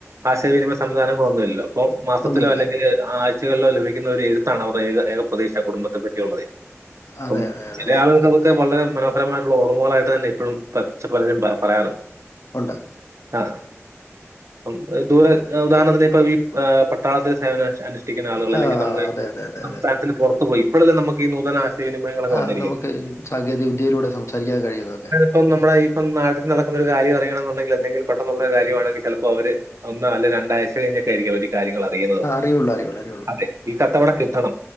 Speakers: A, on the right; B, on the left.
A: ആശയവിനിമയ സംവിധാനങ്ങളൊന്നുമില്ലല്ലോ പ്പം മാസത്തിലോ
B: ഒന്നുമില്ല
A: അല്ലെങ്കില് ആഴ്ചകളിലോ ലഭിക്കുന്ന ഒരു എഴുത്താണ് അവർടെ ഏക ഏകപ്രതീക്ഷ കുടുംബത്തെ പറ്റിയുള്ളതേ
B: അതെ
A: പ്പം
B: അതെ അതെ
A: ചില ആളുകൾ തൊക്കെ വളരെ മനോഹരമായിട്ടുള്ള ഓർമ്മകളായിട്ട് തന്നെ ഇപ്പോഴും പ പലരും പ പറയാറുണ്ട്
B: ഉണ്ട്
A: ആഹ് ആഹ് പ്പം ദൂര ഉദാഹരണത്തിന് ഇപ്പം ഈ പട്ടാളത്തിലെ സേവനം അനു ട്ടിക്കുന്ന ആളുകൾ
B: ആ.
A: അല്ലെങ്കി നമ്മടെ
B: അതെ, അതെ, അതെ,
A: സംസ്ഥാനത്തിന്
B: അതെ.
A: പുറത്ത് പോയി ഇപ്പോഴെല്ലാം നമുക്ക് ഈ നൂതന ആശയവിനിമയങ്ങളൊക്കെ
B: ആഹ്
A: വന്നിരിക്കുന്നത്
B: നമുക്ക് സാങ്കേതിക വിദ്യയിലൂടെ സംസാരിക്കാൻ കഴിയുന്നൊക്കെ
A: ഇപ്പം നമ്മുടെ ഇപ്പം നാട്ടിൽ നടക്കുന്ന ഒരു കാര്യം അറിയണെന്നുണ്ടെങ്കിൽ എന്തെങ്കിലും പെട്ടെന്നുള്ള കാര്യവാണെങ്കി ചിലപ്പോ അവര് ഒന്ന് അല്ലെ രണ്ടാഴ്ച കഴിഞ്ഞൊക്കെ ആയിരിക്കും അവര് ഈ കാര്യങ്ങൾ അറിയുന്നത്
B: രിഉള്ളെ രിഉള്ളെ
A: അതെ ഈ കത്തവടെ കിട്ടണം